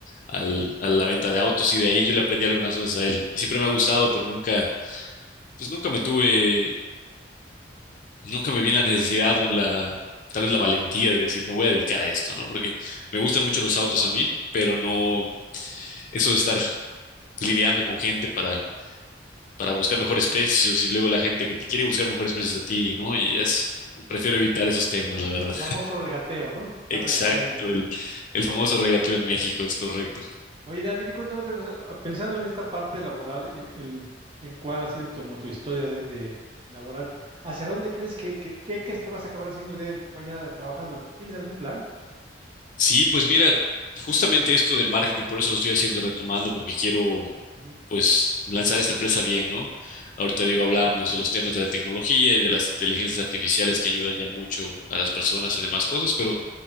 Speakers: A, on the left; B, on the right.
A: al, a la venta de autos y de ahí yo le aprendí algunas cosas a él. Y siempre me ha gustado, pero nunca, pues nunca me tuve, nunca me vi en la necesidad o en la, tal vez la valentía de decir, me voy a dedicar a esto, ¿no? Porque me gustan mucho los autos a mí, pero no, eso de estar lidiando con gente para, para buscar mejores precios y luego la gente que te quiere buscar mejores precios a ti, ¿no? Y es, prefiero
B: Ah,
A: evitar esos temas, la verdad.
B: el famoso regateo, ¿no? Está
A: Exacto,
B: regateando.
A: el, el famoso regateo en México, es correcto.
B: Oye, David, y cuéntame otra cosa. Ah, Pensando en esta parte laboral, en, en- en cuál ha sido tu- como tu historia de, de laboral, ¿hacia dónde crees que, que- qué crees que vas a acabar haciendo el día de mañana de- trabajando? ¿Tienes algún plan?
A: Sí, pues mira, justamente esto del marketing, por eso lo estoy haciendo retomando, porque quiero,
B: Ujú,
A: pues, lanzar esta empresa bien, ¿no? Ahorita digo, hablábamos
B: ujú.
A: de los temas de la tecnología y de las inteligencias artificiales que ayudan ya mucho a las personas en demás cosas, pero